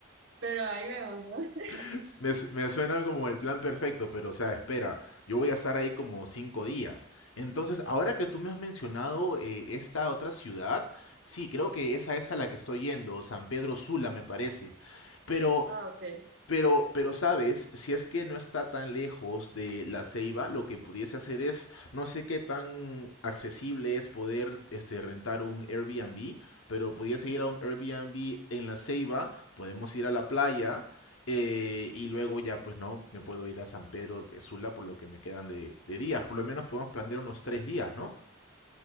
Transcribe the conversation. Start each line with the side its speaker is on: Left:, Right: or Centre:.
Right: pero ahí vemos, ¿no? <laughs>
Left: <laughs> Me, su- me suena como el plan perfecto, pero o sea, espera, yo voy a estar ahí como cinco días. Entonces, ahora que tú me has mencionado eh, esta otra ciudad, sí, creo que esa es a la que estoy yendo, San Pedro Sula, me parece. Pero,
Right: Ah, ok.
Left: s- pero, pero, ¿sabes? Si es que no está tan lejos de La Ceiba, lo que pudiese hacer es, no sé qué tan accesible es poder este, rentar un Airbnb, pero pudiese ir a un Airbnb en La Ceiba, podemos ir a la playa eh, y luego ya pues no, me puedo ir a San Pedro de Sula por lo que me quedan de, de días. Por lo menos podemos planear unos tres días, ¿no?